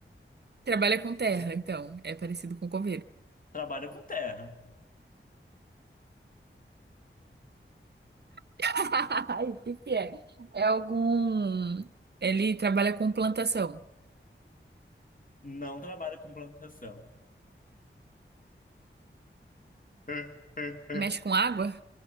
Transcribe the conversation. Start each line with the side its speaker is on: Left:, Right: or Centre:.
Right: Trabalha com terra, então. É parecido com coveiro.
Left: Trabalha com terra,
Right: <laughs> Que que é? É algum. Ele trabalha com plantação.
Left: não trabalha com plantação. <laughs>
Right: Mexe com água?